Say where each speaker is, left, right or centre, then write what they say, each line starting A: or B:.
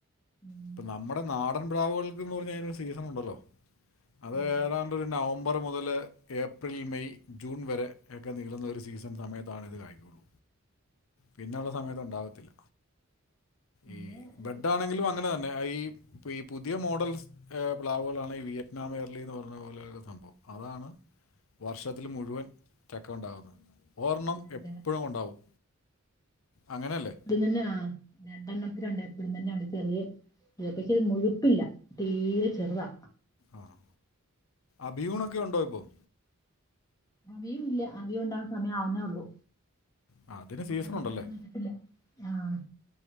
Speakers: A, on the left; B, on the left.
A: ഉം
B: ഇപ്പൊ നമ്മുടെ നാടൻ പ്ലവുകൾക്ക്ന്ന് പറഞ്ഞാ അയ്നൊരു സീസണുണ്ടല്ലോ അത്
A: ഉം
B: ഏതാണ്ടൊരു നവംബർ മുതല് ഏപ്രിൽ, മെയ്, ജൂൺ വരെ ഒക്കെ നിളുന്ന ഒരു സീസൺ സമയത്താണ് ഇത് കായ്ക്കൊള്ളു പിന്നള്ള സമയത്ത് ഉണ്ടാവത്തില്ല
A: ഇവിടെ
B: ഈ ബെഡ്
A: ഏ,
B: ആണെങ്കിലും അങ്ങനെ തന്നെ ഈ ഈ പുതിയ മോഡൽസ് ഏഹ് പ്ലാവുകളാണ് ഈ വിയറ്റ്നാം എയർലിന്ന് പറഞ്ഞ പോലെ സംഭവം അതാണ് വർഷത്തിൽ മുഴുവൻ ചക്ക ഉണ്ടാവുന്നഹ് അഹ് ഓർണ്ണം
A: ഒന്ന്
B: എപ്പഴും ഉണ്ടാവും അങ്ങനെയല്ലേ
A: ത്ങ്ങൻന്നെ ആഹ് രണ്ടെണ്ണത്തിലുണ്ട് എപ്പഴും തന്നെയുള്ള ചെറിയേ പക്ഷെത് മുഴുപ്പില്ല തീരെ ചെറ്താ
B: ആഹ് അഭ്യൂണൊക്കെ ഉണ്ടോ ഇപ്പം
A: അവിയുഇല്ല അവിയുഉണ്ടാവുന്ന സമയം ആവുന്നേ ഒള്ളൂ
B: ആ, അതിന് സീസൺ
A: ഇത്തവണ
B: ഉണ്ടല്ലേ
A: പൂവൊന്നും ഇട്ടിട്ടില്ല ആഹ്